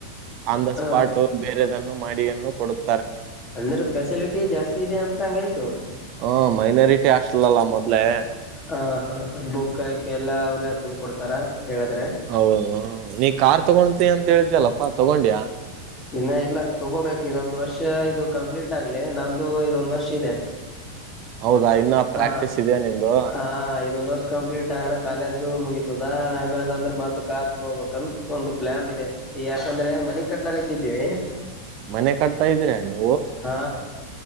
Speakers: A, on the right; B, on the left.
A: ಆನ್ ದ
B: ಹ
A: ಸ್ಪಾಟು ಬೇರೆದನ್ನು. ಮಾಡಿಯನ್ನು ಕೊಡುತ್.
B: ಅಂದ್ರೆ ಫೆಸಿಲಿಟಿ ಜಾಸ್ತಿ ಇದೆ ಅಂತ ಹಂಗೈತ. ತು.
A: ಹ ಮೈನಾರಿಟಿ ಹಾಸ್ಟಲ್ ಅಲ್ಲ ಮೊದ್ಲೆೇ.
B: ಹ. ಹ ಬುಕ್ ಗೀಕ್ ಎಲ್ಲ ಅವ್ರೇ ತಂದ ಕೊಡ್ತಾರ. ಹೇಳಿದ್ರೆ
A: ಹೌದು ನೀ ಕಾರ್ ತಗೊಂತೀ ಅಂತ. ಅಂತ ಹೇಳಿದ್ಯಲ್ಲಪ್ಪಾ ತಗೊಂಡ್ಯಾ.
B: ಇನ್ನ ಇಲ್ಲ ತಗೋಬೇಕ ಇದೊಂದ್ ವರ್ಷ ಇದು ಕಂಪ್ಲೀಟ್ ಆಗ್ಲಿ ನಂದು ಇದೊಂದ್ ವರ್ಷ ಇದೆ.
A: ಹೌದಾ ಇನ್ನ ಪ್ರಾಕ್ಟೀಸ್
B: ಹ
A: ಇದೆಯಾ ನಿಂದು
B: ಹ ಇದೊಂದ್ ವರ್ಷ ಕಂಪ್ಲೀಟ್ ಆಗಣ ಕಾಲೇಜು ಮುಗಿ. ತದಾ ಆಮ್ಯಾಲ ಅಂದ್ರೆ ಮತ್ತ ಕಾರ್ ತಗೊಬೇಕ್ ಅನ್ ಒಂದು ಪ್ಲಾನ್ ಇದೆ ಈಗ ಯಾಕಂದ್ರೆ ಮನಿ ಕಟ್ಲಾಗತಿದ್ದೀವಿ.
A: ಮನೆ ಕಡ್ತಾ ಇದೀರಾ ನೀವು.
B: ಹಾ.